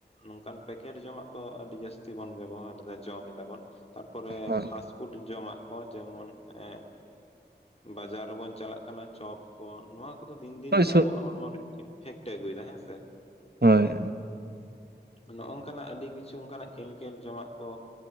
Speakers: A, on the left; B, on the right.
A: ᱱᱚᱝᱠᱟᱱ ᱯᱮᱠᱮᱴ ᱡᱚᱢᱟᱜ ᱟᱹᱰᱤ ᱡᱟᱹᱥᱛᱤ ᱵᱚᱱ ᱵᱮᱵᱚᱦᱟᱨ ᱮᱫᱟ ᱡᱚᱢ ᱮᱫᱟ ᱵᱚᱱ ᱛᱟᱨᱯᱚᱨᱮ
B: ᱦᱳᱭ
A: ᱯᱟᱥ ᱯᱷᱩᱰ ᱡᱚᱢᱟᱜ ᱠᱚ ᱡᱮᱢᱚᱱ ᱮ ᱵᱟᱡᱟᱨ ᱨᱮᱵᱚᱱ ᱪᱟᱞᱟᱜ ᱠᱟᱱᱟ ᱪᱚᱯ ᱠᱚ ᱱᱚᱣᱟ ᱠᱚ ᱟᱫᱚ ᱫᱤᱱ ᱫᱤᱱ
B: ᱦᱳᱭ
A: ᱛᱮ ᱟᱵᱚᱣᱟᱜ ᱦᱚᱲᱢᱚ ᱨᱮ ᱤᱯᱷᱮᱠᱴ ᱮ ᱟᱹᱜᱩᱭᱮᱫᱟ ᱦᱮᱸᱥᱮ᱾
B: ᱦᱳᱭ
A: ᱱᱚᱜ-ᱚᱝᱠᱟᱱᱟᱜ ᱟᱹᱰᱤ ᱠᱤᱪᱷᱩ ᱚᱱᱠᱟᱱᱟᱜ ᱠᱮᱢᱤᱠᱮᱞ ᱡᱚᱢᱟᱜ ᱠᱚ᱾